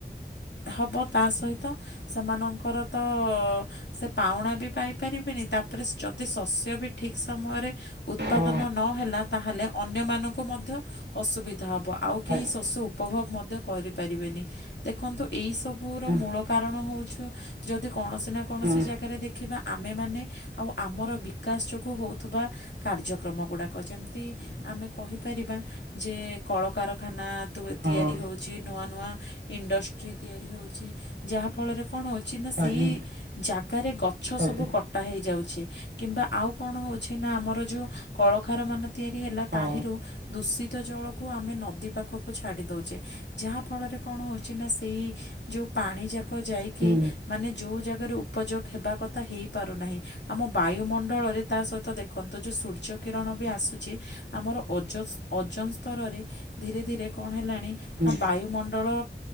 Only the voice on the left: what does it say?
ହବ ତା ସହିତ ସେମାନଙ୍କର ତ ସେ ପାଉଁଣା ବି ପାଇ ପାରିବେନି ତାପରେ ସ୍ ଯଦି ଶସ୍ୟ ବି ଠିକ୍ ସମୟରେ ଉତ୍ପାଦନ
ନହେଲା ତାହେଲେ ଅନ୍ୟମାନଙ୍କୁ ମଧ୍ୟ ଅସୁବିଧା ହବ ଆଉ କେହି
ଶସ୍ୟ ଉ ପଭୋଗ ମଦ୍ୟ କରିପାରିବେନି ଦେଖନ୍ତୁ ଏଇ ସବୁର
ମୂଳ କାରଣ ହଉଛୁ ଯଦି କୌଣସି ନା କୌଣସି
ଜାଗାରେ ଦେ ଖିବା ଆମେମାନେ ଆଉ ଆମର ବିକାଶ ଯୋଗୁ ହଉଥିବା କାର୍ଯ୍ୟକ୍ରମଗୁଡାକ ଯେମତି ଆମେ କହିପାରିବା ଯେ କଳକାରଖାନା ତୁବୁ
ତିଆରି ହଉଛି ନୂଆ ନୂଆ। ଇଣ୍ଡଷ୍ଟ୍ରି ତିଆରି ହେଉଛି ଯାହା ଫଳରେ କଣ ହଉ ଛି ନା ସେଇ
ଜାଗାରେ ଗଛ
ସବୁ କ ଟା ହେଇଯାଉଛି କିମ୍ବା ଆଉ କଣ ହଉଛି ନା ଆମର ଯୋଉ କଳଖାରମାନ ତିଆରି ହେଲା ତାହିଁରୁ
ଦୂଷିତ ଜଳକୁ ଆମେ ନଦୀ ପାଖକୁ ଛାଡ଼ି ଦେଉଛେ ଯାହାଫଳରେ କଣ ହେଉଛି ନା ସେଇ। ଯଉ ପାଣିଯାକ ଯାଇକି
ମାନେ ଯଉ ଜାଗାରେ ଉପଯୋଗ ହେବା କଥା ହେଇପାରୁନାହିଁ। ଆମ ବାୟୁମଣ୍ଡଳରେ ତା ସହିତ ଦେଖନ୍ତୁ ଯୋଉ ସୂର୍ଯ୍ୟ କିରଣ ବି ଆସୁଛି। ଆମର ଓଜ ଓଜନ ସ୍ତରରେ ଧୀରେ ଧୀରେ କଣ ହେଲାଣି।
ନା ବାୟୁମଣ୍ଡଳ